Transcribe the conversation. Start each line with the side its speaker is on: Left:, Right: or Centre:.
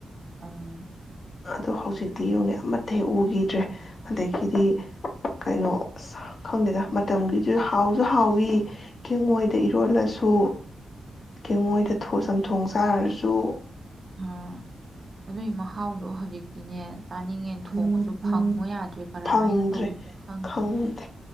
Right: ꯎꯝ
Left: ꯑꯗꯣ ꯍꯧꯖꯤꯛꯇꯤ ꯌꯦꯡꯅꯩ ꯑꯃꯠꯇ ꯍꯦꯛ ꯎꯈꯤꯗ꯭ꯔꯦ ꯑꯗꯒꯤꯗꯤ ꯀꯩꯅꯣ ꯈꯪꯗꯦꯗ ꯃꯇꯝꯒꯤꯁꯨ ꯍꯥꯎꯁꯨ ꯍꯥꯎꯏꯤ ꯀꯦꯡꯉꯣꯏꯗ ꯏꯔꯣꯜꯂꯁꯨ ꯀꯦꯡꯉꯣꯏꯗ ꯆꯝꯊꯣꯡ ꯆꯥꯔꯁꯨ
Right: ꯑꯥ ꯑꯗꯨꯒꯤ ꯃꯍꯥꯎꯗꯣ ꯍꯧꯖꯤꯛꯇꯤꯅꯦ ꯆꯥꯅꯤꯡꯉꯦ ꯊꯣꯡꯉꯁꯨ ꯐꯪꯉꯣ ꯌꯥꯗ꯭ꯔ ꯦ ꯀꯔꯝꯍꯥꯏꯅ
Left: ꯐꯪꯗ꯭ꯔꯦ
Right: ꯇꯧꯔꯤꯅꯣ ꯈꯪꯗ꯭ꯔꯦ
Left: ꯈꯪꯗꯦ